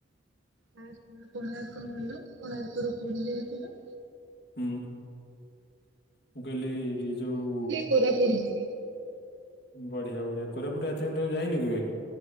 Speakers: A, on the right; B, on the left.
A: ଫାଷ୍ଟ କୋଣାର୍କ ଗଲୁ କୋଣାର୍କ ରୁ ପୁରୀ ଯାଇଥିଲୁ।
B: ହୁଁ ମୁଁ କଇଲି ଯୋଉ
A: କୋରାପୁୁଟ ଯିବି।
B: ବଢିଆ ବଢିଆ କୋରାପୁଟୁ ଆଜି ଯାଏଁ ତମେ ଯାଇନ କେବେ।